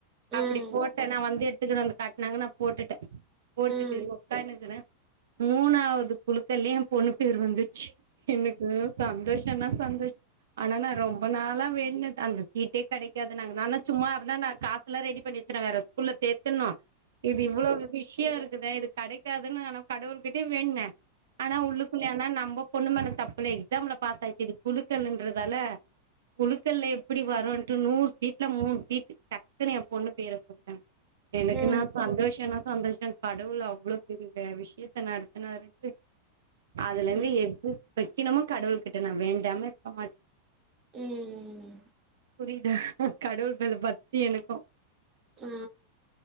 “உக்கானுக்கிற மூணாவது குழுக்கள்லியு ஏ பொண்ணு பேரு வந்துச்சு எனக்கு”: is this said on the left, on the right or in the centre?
Right